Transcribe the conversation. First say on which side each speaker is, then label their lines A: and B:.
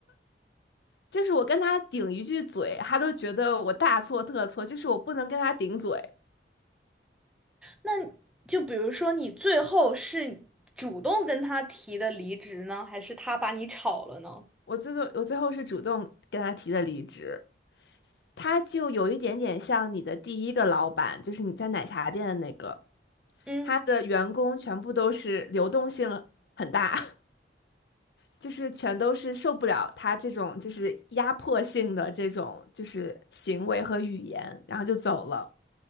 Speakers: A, on the left; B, in the centre.
A: 就是我跟他顶一句嘴，他都觉得我大错特错，就是我不能跟他顶嘴。
B: 那就比如说你最后是主动跟他提的离职呢，还是他把你炒了呢？
A: 我最后我最后是主动跟他提的离职，他就有一点点像你的第一个老板，就是你在奶茶店的那个，
B: 嗯，
A: 他的员工全部都是流动性很大。就是全都是受不了他这种就是压迫性的这种就是行为和语言，然后就走了。